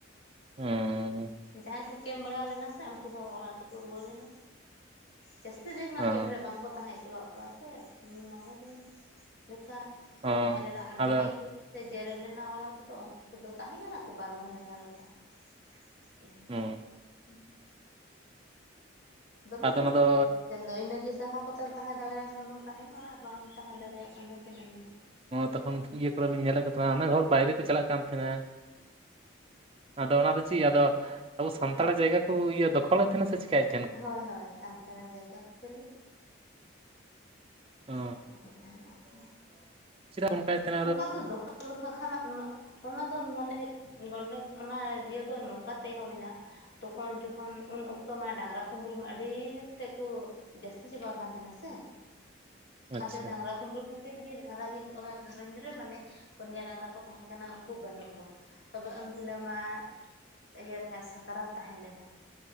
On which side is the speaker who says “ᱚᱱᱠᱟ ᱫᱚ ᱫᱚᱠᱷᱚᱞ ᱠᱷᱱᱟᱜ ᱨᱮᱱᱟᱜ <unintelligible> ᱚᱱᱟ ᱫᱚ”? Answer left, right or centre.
Left